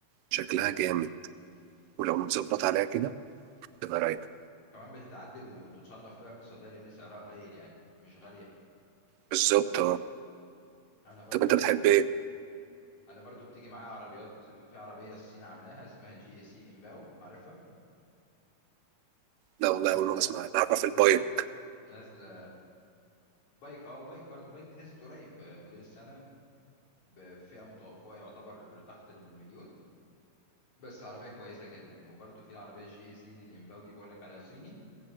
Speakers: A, on the right; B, on the left.
A: شكلها جامد ولو متظبط عليها كده تبقى رايقة
B: كمان بتتعدل وتتصنف فئه اقتصاديه لان سعرها قليل يعني مش غاليه
A: بالظبط أه
B: انا برضو
A: طب أنت بتحب إيه؟
B: انا برضو بتيجي معايا عربيات في عربيه الصين عاملاها اسمها جي اي سي امباو عارفها
A: لا والله
B: نازله
A: أول مرة أسمع أنا أعرف البايك
B: ناز- نازله بايك اه بايك برضو بايك دي نزلت قريب آه، موديل السنه بفئه متوسطه يعتبر تحت المليون بس عربيه كويسه جدا وبرده في العربيه الجي اي سي دي الامباو دي بقول لك عليها صيني